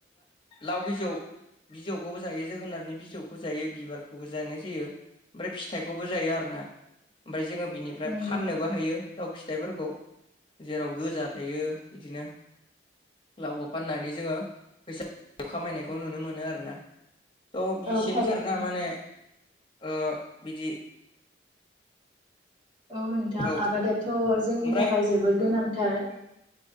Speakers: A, on the left; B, on the right.
A: लाव बिजौ बिजौखौबो जायो जोगोनारनि बिजौखौ जायो बिबारखौबो जानाय जायो ओमफ्राय फिथाइखौबो जायो आरोना ओमफ्राय जोङो बिनिफ्राय
B: नंगौ
A: फाननो बो हायो लाउ फिथाइफोरखौ जेराव गोजा थायो बिदिनो लावखौ फाननानै जोंङो फैसा खामायनायखौ नुनो मोनो आरोना ओ बिसोरनो
B: औ थारैनो
A: सारना माने ओ बिदि
B: औ नोंथां
A: औ
B: आबादाथ' जोंनि
A: ओमफ्राय
B: थाखाय जोबोर गोनांथार